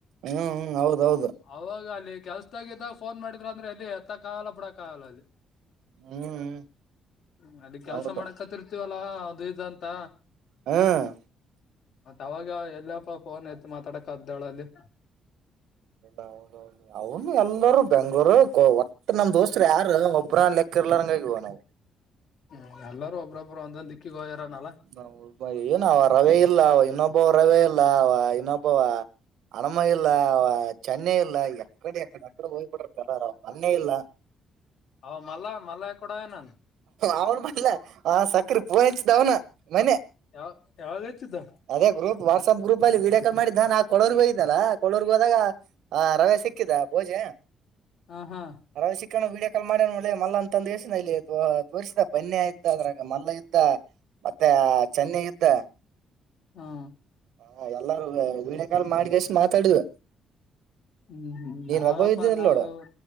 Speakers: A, on the right (about 80°); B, on the left (about 75°).
A: ಹ್ಮ್ ಹೌದ ಹೌದ
B: ಅವಾಗ ಅಲ್ಲಿ ಕೆಲ್ಸದಾಗಿದ್ದಾಗ ಫೋನ್ ಮಾಡಿದ್ರ ಅಂದ್ರೆ ಅಲ್ಲಿ ಎತ್ತಕ್ ಆಗಲ್ಲ ನೋಡಕ್ಕಾಗಲ್ಲಲ್ಲಿ
A: ಹ್ಮ್ ಹ್ಮ್
B: <inaudible> ಅದ ಕೆಲ್ಸ
A: ಹೌದು
B: ಮಾಡಕತಿರ್ತೀವಲ್ಲಾ ಅದು ಇದು ಅಂತ...
A: ಹ್ಮ್ಮ್
B: ಅವಾಗ ಎಲ್ಲಪ್ಪ ಫೋನ್ ಎತ್ತ ಮಾತಾಡಕ್ದಳ ಅಲ್ಲಿ.
A: <inaudible> ಅವ್ನು ಎಲ್ಲರೂ ಬೆಂಗಳೂರ ಗೋವಾ ಒಟ್ಟ ನಮ್ ದೋಸ್ತರು ಯಾರ ಒಬ್ರ ಲೆಕ್ಕ ಇರ್ಲಂಗಗವ ನಾವು
B: ಹ್ಮ್ ಎಲ್ಲರೂ ಒಬ್ಬೊಬ್ರು ಒಂದೊಂದ ದಿಕ್ಕಿ ಗೋಯಾರನಲ್ಲ
A: ನಾ ಏನ ಅವ ರವಿ ಇಲ್ಲ ಅವ ಇನ್ನೊಬ್ಬವ ರವಿ ಇಲ್ಲ ಅವ ಇನ್ನೊಬ್ಬವ ಹನಮ ಇಲ್ಲ ಅವ ಚೆನ್ನೈ ಇಲ್ಲ ಎಕಡೆ ಎಕಡೆ ಮಡೆ ಹೋಗ್ಬಿಟ್ಟಿತಾರ ಆರಾಮ್ ಮೊನ್ನೆ ಇಲ್ಲ
B: ಹ ಮಲ್ಲ ಮಲ್ಲಯ ಕೂಡ ಏನ್
A: ಅವ್ನು ಬಲ್ಲ ಆ ಸಕ್ರೆ ಪೋನ್ ಇಚ್ಚ್ದ ಅವ್ನ ಮನ್ನೆ
B: ಯಾವ ಯಾವಾಗ ಹೆಚ್ಚಿದ್ದ
A: ಅದೇ ಗ್ರೂಪ್ ವಾಟ್ಸಪ್ ಗ್ರೂಪ್ಲ್ಲಿ ವಿಡಿಯೋ ಕಾಲ ಮಾಡಿದ್ದ ನಾನ ಆ ಕೊಳೂರುಗೆ ಹೋಗಿದನಲ್ಲ ಕೊಳೂರುಗೆ ಹೋದಾಗ ಹ ರವೆ ಸಿಕ್ಕಿದ ಭೋಜೆ
B: ಹಾ ಹಾ.
A: ಅರ ಸಿಕ್ಕಣ ವೀಡಿಯೋ ಕಾಲ್ ಮಾಡಣೆ ಮಲ್ಲ ಅಂದಸ ಇ ತೋರಿಸ್ ಬನ್ನಿಯತ ಇದ್ದ ಅದ್ರಾಗ ಮಲ್ಲ ಇದ್ದ ಮತ್ತೆ ಚೆನ್ನ ಇದ್ದ.
B: ಹಾ.
A: ಹ ಎಲ್ಲಾರೂ ವೀಡಿಯೋ ಕಾಲ್ ಮಾಡಿ ಕಸಿ ಮಾತಾಡಿದು.
B: ಹ್ಮ್ ಹ್ಮ್ ನಾವಪ್ಪಾ
A: ಒಬ್ಬ ಇದ್ದಿದ್ದಿಲ್ಲ
B: ನಾವು
A: ನೋಡು